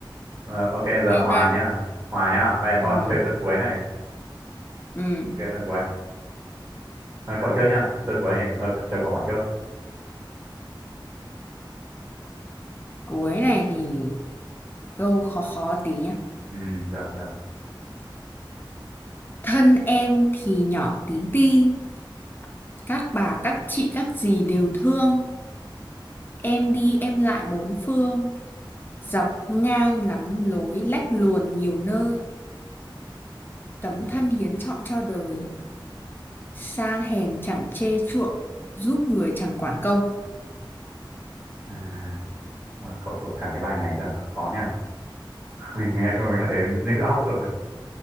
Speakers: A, on the right; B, on the left.
A: Ờ, ok giờ
B: Ok.
A: hòa nhá hòa nhá vậy
B: ờ
A: thôi chơi tuần cuối này
B: ừ
A: ok tuần cuối Ờ, cậu trước nhá tuần cuối thì thôi cho cậu hỏi trước
B: cuối này thì câu khó khó tí nhá
A: ừ được được
B: thân em thì nhỏ tí ti các bà các chị các dì đều thương em đi em lại bốn phương dọc ngang lắm lối lách luồn nhiều nơi tấm
A: ừ.
B: thân hiến trọn cho đời sang hèn chẳng chê chuộng giúp người chẳng quản công
A: à ôi, cậu thuộc cả cái bài này cơ khó nhá <laughs> mình nghe thôi mình đã thấy như óc rồi